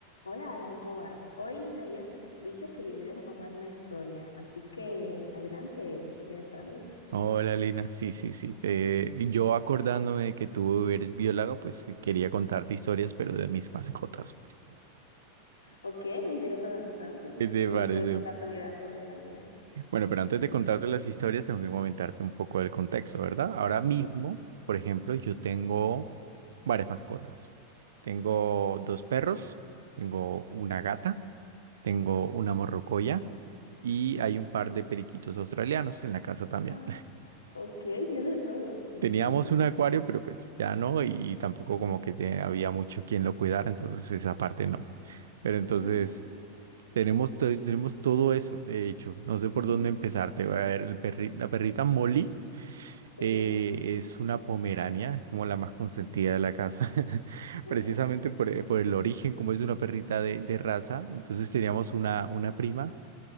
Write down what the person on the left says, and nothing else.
Hola Aaron, ¿cómo vas? Hoy me habías dicho que me ibas a contar alguna historia, así que adelante, ¿qué tienes para mí?
Ok, me interesa bastante.
También
te puedo contar sobre la, sobre la mía.
Ah, ok, tienes de todo. Y
no,
<laughs>
sí,
ah,